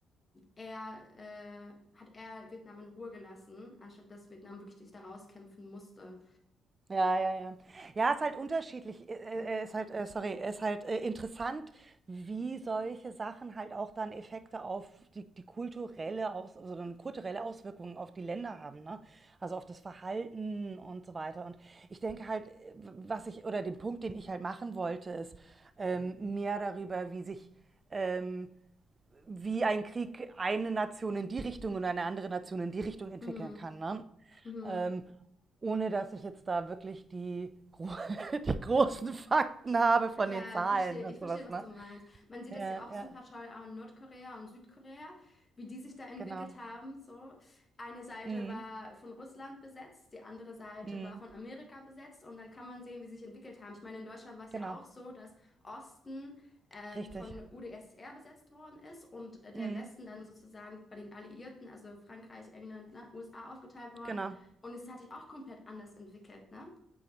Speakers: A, on the left (about 25°); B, on the right (about 30°).
A: er, äh, hat er Vietnam in Ruhe gelassen, anstatt dass Vietnam wirklich sich da rauskämpfen musste.
B: Ja, ja, ja. Ja, ist halt unterschiedlich. Äh, äh,
A: Mhm.
B: äh, Ist halt, äh, sorry, ist halt äh, interessant, wie solche Sachen halt auch dann Effekte auf die, die kulturelle Aus, also dann kulturelle Auswirkungen auf die Länder haben, ne? Also auf das Verhalten und so weiter. Und ich denke halt, äh, was ich, oder den Punkt, den ich halt machen wollte, ist ähm, mehr darüber, wie sich ähm, wie ein Krieg eine Nation in die Richtung und eine andere Nation in die Richtung entwickeln
A: Mhm.
B: kann. Ne?
A: Mhm.
B: ähm, ohne dass ich jetzt da wirklich die, gro <laughs> die großen Fakten habe von
A: Ja,
B: den Zahlen
A: verstehe.
B: und
A: Ich
B: sowas,
A: verstehe, was
B: ne?
A: du meinst. Man sieht
B: Ja,
A: das ja auch super
B: ja,
A: toll an Nordkorea und Südkorea, wie die sich da entwickelt
B: genau.
A: haben. So, eine Seite
B: Mhm.
A: war von Russland besetzt, die andere Seite
B: Mhm.
A: war von Amerika besetzt und dann kann man sehen, wie sie sich entwickelt haben. Ich meine, in Deutschland war es
B: Genau,
A: ja auch so, dass Osten ähm,
B: richtig.
A: von UdSSR besetzt worden ist und äh, der
B: Mhm.
A: Westen dann sozusagen bei den Alliierten, also Frankreich, England, ne, USA aufgeteilt worden.
B: Genau.
A: Und es hat sich auch komplett anders entwickelt, ne?